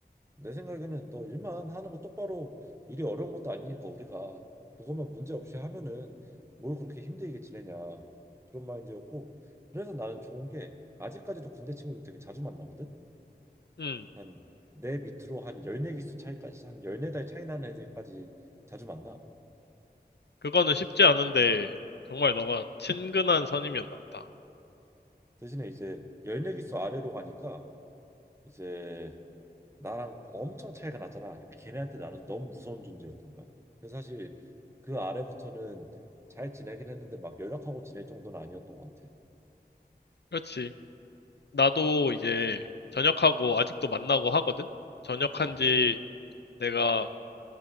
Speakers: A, on the right; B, on the left.
A: 내 생각에는 너 일만 하는 거 똑바로 일이 어려운 것도 아니니까 우리가 그것만 문제 없이 하면은 뭘 그렇게 힘들게 지내냐 그런 마인드였고 그래서 나는 좋은 게 아직까지도 군대 친구들 되게 자주 만나거든
B: 음,
A: 한 내 밑으로 한 14기수 차이까지 한 14달 차이 나는 애들까지 자주 만나
B: 그거는 쉽지 않은데 정말 너가 친근한 선임이었나 보다.
A: 대신에 이제 14기수 아래로 가니까 이제 나랑 엄청 차이가 났잖아. 걔네한테 나는 너무 무서운 존재였던 거야. 그래서 사실 그 아래부터는 잘 지내긴 했는데 막 연락하고 지낼 정도는 아니었던 것 같아.
B: 그렇지. 나도 이제 전역하고 아직도 만나고 하거든. 전역한
A: 응,
B: 지 내가